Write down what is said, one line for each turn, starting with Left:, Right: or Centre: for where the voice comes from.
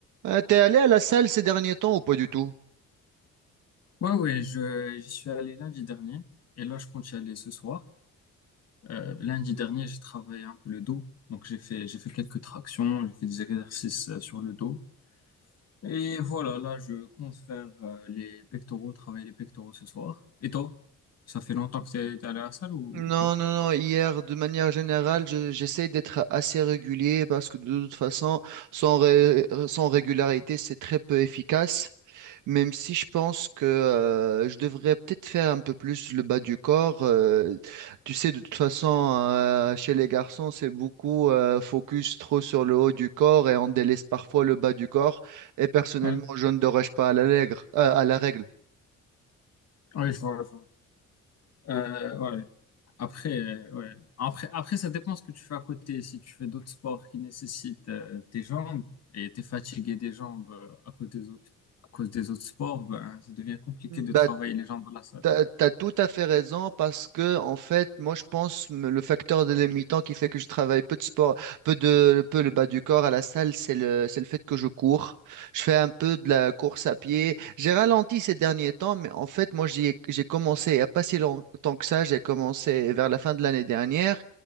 Right: Euh, t'es allé à la salle ces derniers temps ou pas du tout?
Left: Ouais, ouais, je, j'y suis allé lundi dernier et là, je compte y aller ce soir. Euh, lundi dernier, j'ai travaillé un peu le dos. Donc, j'ai fait, j'ai fait quelques tractions, j'ai fait des exercices euh, sur le dos. Et voilà, là, je compte faire euh, les pectoraux, travailler les pectoraux ce soir. Et toi, ça fait longtemps que t'es, t'es allé à la salle ou
Right: Non,
Left: ou pas?
Right: non, non. Hier, de manière générale, je- j'essaie d'être assez régulier parce que de toute façon, sans, ré- sans régularité, c'est très peu efficace. Même si je pense que euh, je devrais peut-être faire un peu plus le bas du corps. euh, tu sais, de toute façon, euh, chez les garçons, c'est beaucoup euh, focus trop sur le haut du corps et on délaisse parfois le bas du corps. Et personnellement,
Left: Ouais,
Right: je ne déroge pas à la règle. euh, à la règle.
Left: ouais, je vois, je vois. Euh, ouais. Après, euh, ouais. Après, après, ça dépend ce que tu fais à côté. Si tu fais d'autres sports qui nécessitent euh, tes jambes et t'es fatigué des jambes euh, à cause des autres, à cause des autres sports, ben, ça devient compliqué
Right: Bah,
Left: de travailler les jambes dans la salle.
Right: T'as, t'as tout à fait raison parce que, en fait, moi, je pense me- le facteur délimitant qui fait que je travaille peu de sport, peu de, peu le bas du corps à la salle, c'est le, c'est le fait que je cours. Je fais un peu de la course à pied. J'ai ralenti ces derniers temps, mais en fait, moi, j'y ai- j'ai commencé il n'y a pas si longtemps que ça. J'ai commencé vers la fin de l'année dernière.